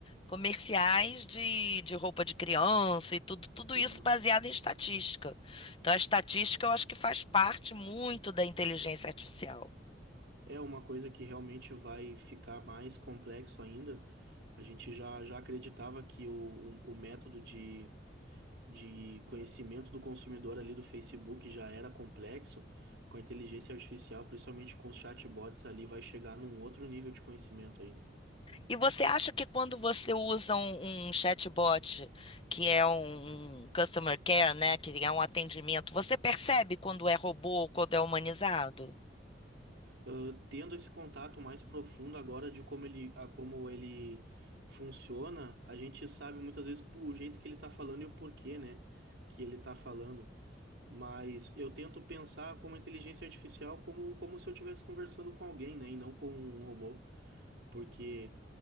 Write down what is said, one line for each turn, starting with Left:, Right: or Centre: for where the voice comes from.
Left: comerciais de, de roupa de criança e tudo, tudo
Right: Uhum.
Left: isso baseado em estatística. Então, a estatística eu acho que faz parte muito da inteligência artificial.
Right: É uma coisa que realmente vai ficar mais complexo ainda. A gente já, já acreditava que o, o, o método de, de conhecimento do consumidor ali do Facebook já era complexo. Com a inteligência artificial, principalmente com os chatbots ali, vai chegar num outro nível de conhecimento ainda.
Left: E você acha que quando você usa um, um chatbot, que é um um customer care, né, que é um atendimento, você percebe quando é robô ou quando é humanizado?
Right: ah, tendo esse contato mais profundo agora de como ele, a como ele funciona, a gente sabe muitas vezes o jeito que ele tá falando e o porquê, né, que ele tá falando. Mas eu tento pensar como a inteligência artificial como, como se eu estivesse conversando com alguém, né, e não com um robô. Porque